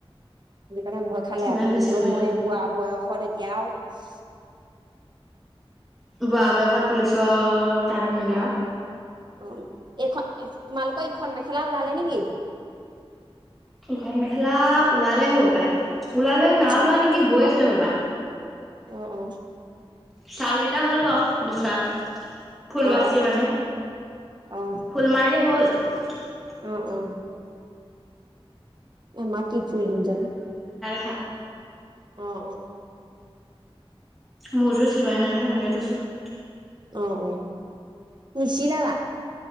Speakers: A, on the right; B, in the centre.
A: সেকাৰণে ভয় খালে
B: ইমান
A: আকৌ
B: বেছি
A: বিব
B: কৰিলে
A: মই
B: আৰু।
A: এই বোৱা বয়সত য়াওক
B: বোৱা বয়খত পুলিছ তান নিল
A: অ এখ <unintelligible> তোমালোক এইখন মেখেলা ওলালে নেকি?
B: ঘৰ মেখেলা ওলালে হ'ব পায় ওলালে নাওোৱা
A: অ
B: নেকি বৈ আছে ৰবা
A: অ অ
B: ছালকেইটা হ'ল বাও দুচাত ফুল
A: অ
B: বাচি মানে
A: অ অ
B: ফুল মাৰি হ'ল <unintelligible>
A: অ অ মা কি ফুললিম জানি
B: সা
A: অ অ
B: মোৰযোৰ চিলাই ন নহয় তেনেকে থৈছো ।
A: অ অ নিচ লাবা